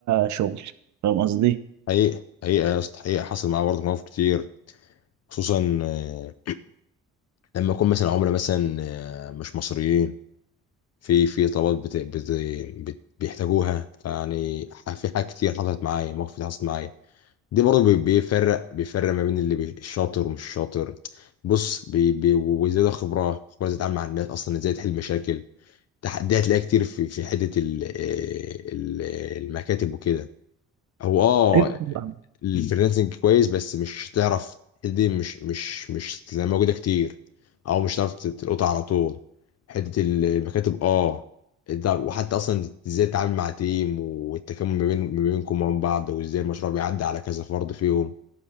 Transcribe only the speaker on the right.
شغل فاهم قصدي
ايوه طبعا